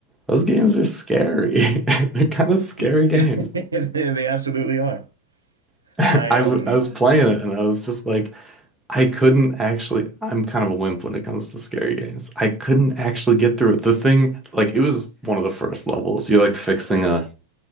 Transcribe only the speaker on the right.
<laughs>
They absolutely are.
I um